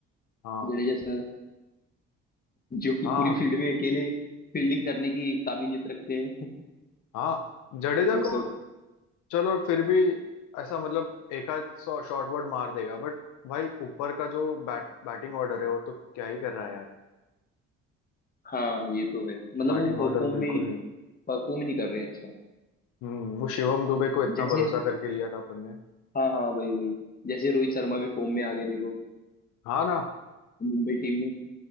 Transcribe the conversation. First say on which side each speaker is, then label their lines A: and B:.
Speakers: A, on the left (about 80°); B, on the left (about 30°).
A: हाँ
B: जडेजा सर जो कि
A: हाँ
B: पूरी फील्ड में अकेले फील्डिंग करने की काबिलियत रखते हैं <laughs>
A: हाँ जडेजा
B: वो सब
A: को चलो फिर भी ऐसा मतलब एक आध शॉर्ट वर्ड मार देगा बट भाई ऊपर का जो बैट बैटिंग ऑर्डर है वो तो क्या ही कर रहा है यार
B: हाँ ये तो है मतलब
A: बैटिंग
B: वो परफॉर्म
A: ऑर्डर बिल्कुल
B: में
A: नहीं
B: परफॉर्म नहीं कर रहे हैं अच्छा
A: हम्म वो शिवम दुबे को इतना
B: जैसे
A: भरोसा करके लिया था अपन ने
B: हाँ हाँ वही वही जैसे रोहित शर्मा भी फॉर्म में आ गए देखो
A: हाँ ना
B: मुंबई टीम में